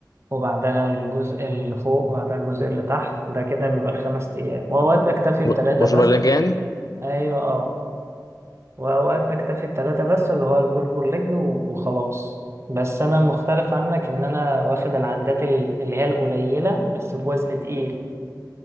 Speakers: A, on the right; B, on the left.
A: وبعدها الجزء اللي فوق وبعدها الجزء اللي تحت ده كده بيبقى الخمس أيام وأوقات بكتفي
B: ب-
A: بتلاتة
B: مش
A: بس
B: بلاج يعني
A: أيوة أه وأوقات بكتفي بتلاتة بس اللي هو البوش بول ليج و- وخلاص بس أنا مختلف عنك إن أنا واخد العدات ال- اللي هي القليلة بس بوزن تقيل